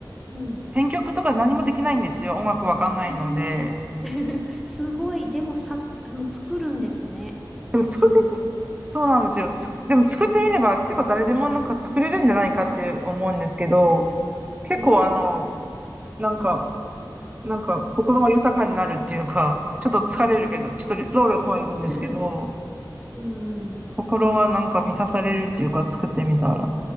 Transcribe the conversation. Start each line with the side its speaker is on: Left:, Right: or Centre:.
Centre: うん。
Right: 編曲とか何もできないんですよ。音楽わかんないので。
Centre: えー <laughs> すごい、でもさ、あの、作るんですね。
Right: でも作ってみ、
Centre: 自分で。
Right: そうなんですよ。つでも作ってみれば結構誰でもなんか作れるんじゃないかって思うんですけど、
Centre: えー、
Right: 結構あの、
Centre: えー、
Right: なんか、なんか心が豊かになるっていうか、ちょっと疲れるけど、
Centre: えー
Right: ちょっと労力はいるんですけど、
Centre: <laughs> うん。
Right: 心はなんか満たされるっていうか作ってみたら。